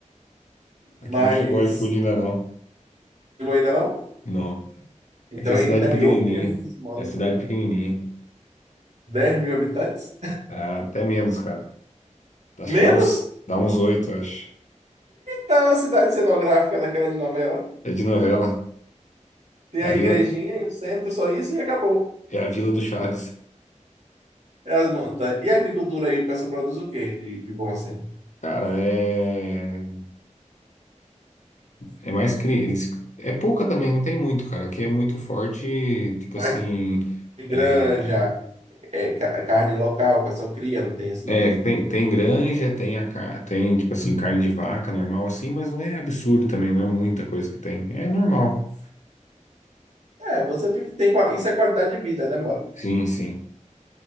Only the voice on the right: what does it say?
Mas.
Eu ainda não?
Então
é interior
mesmo que se mora,
né?
10 mil habitantes?
<laughs> Menos?
É uma cidade cenográfica daquela de novela.
Tem a
igrejinha
e o centro, só isso e acabou.
É as montanhas. E a agricultura aí, o pessoal produz o quê de, de bom assim?
Mais
de granja,
é, ca- carne local, o pessoal cria, não tem isso
não?
É, você vive, tem, qua- isso é qualidade de vida, né, mora?